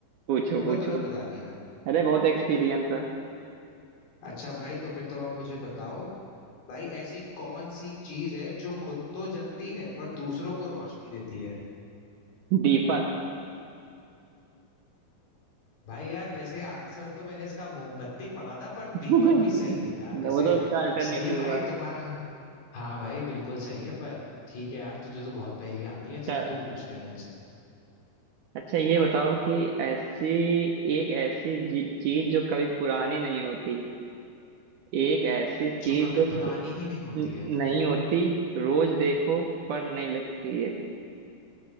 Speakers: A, on the right (about 75°); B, on the left (about 80°).
A: पूछो
B: तुमने
A: पूछो
B: तुरंत बता दिया यार
A: अरे बहुत एक्सपीरियंस है
B: अच्छा भाई तो फिर तुम अब मुझे बताओ भाई ऐसी कौन सी चीज है जो खुद तो जलती है पर दूसरों को रोशनी देती है
A: दीपक
B: भाई यार वैसे आंसर तो मैंने इसका मोमबत्ती पढ़ा था पर
A: <laughs>
B: दीपक
A: वो
B: भी सही है यार वैसे
A: तो उसका अल्टरनेट
B: सही है
A: हुआ
B: भाई तुम्हारा हाँ भाई बिल्कुल सही है पर ठीक है यार तुझे तो बहुत पहेलियां आती हैं
A: अच्छा
B: चल तू पूछ ले अब मुझसे
A: अच्छा ये बताओ कि ऐसी एक ऐसी जी- चीज जो कभी पुरानी नहीं होती एक ऐसी चीज
B: जो कभी
A: जो
B: पुरानी
A: क-
B: ही नहीं होती
A: न-
B: है
A: नहीं होती रोज देखो पर नहीं लगती है